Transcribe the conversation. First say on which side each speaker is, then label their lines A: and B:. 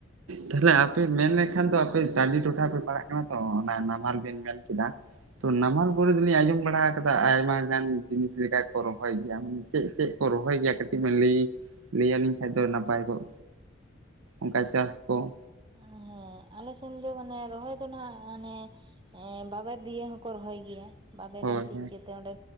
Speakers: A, on the right; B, on the right.
A: ᱛᱟᱦᱟᱞᱮ ᱟᱯᱮ ᱢᱮᱱ ᱞᱮᱠᱷᱟᱱ ᱫᱚ ᱟᱯᱮ ᱴᱟᱺᱰᱤ ᱴᱚᱴᱷᱟ ᱯᱮ ᱯᱟᱲᱟᱜ ᱠᱟᱱᱟ ᱛᱚ ᱚᱱᱟ ᱱᱟᱢᱟᱞ ᱵᱮᱱ ᱢᱮᱱ ᱠᱮᱫᱟ ᱾ ᱛᱚ ᱱᱟᱢᱟᱞ ᱠᱚᱨᱮ ᱫᱚᱞᱤᱧ ᱟᱸᱡᱚᱢ ᱵᱟᱲᱟ ᱟᱠᱟᱫᱟ ᱟᱭᱢᱟ ᱜᱟᱱ ᱡᱤᱱᱤᱥ ᱞᱮᱠᱟ ᱠᱚ ᱨᱚᱦᱚᱭ ᱜᱮᱭᱟ ᱾ ᱪᱮᱜ ᱪᱮᱜ ᱠᱚ ᱨᱚᱦᱚᱭ ᱜᱮᱭᱟ ᱠᱟᱹᱴᱤᱡ ᱵᱤᱱ ᱞᱟᱹᱭ ᱞᱮᱭᱟ ᱞᱤᱧ ᱟᱰᱤ ᱱᱟᱯᱟᱭ ᱠᱚᱜ ᱚᱱᱠᱟ ᱪᱟᱥ ᱠᱚ ᱾
B: ᱦᱮᱸ ᱟᱞᱮ ᱥᱮᱱ ᱫᱚ ᱢᱟᱱᱮ ᱨᱚᱦᱚᱭ ᱫᱚ ᱱᱟᱦᱟᱜ ᱢᱟᱱᱮ ᱮᱸᱻ ᱵᱟᱵᱮᱨ ᱫᱤᱭᱮ ᱦᱚᱸᱠᱚ ᱨᱚᱦᱚᱭ ᱜᱮᱭᱟ ᱵᱟᱵᱮᱨᱢ
A: ᱦᱳᱭ
B: ᱛᱤᱡ
A: ᱦᱳᱭ
B: ᱠᱮᱫ ᱛᱮ ᱚᱸᱰᱮ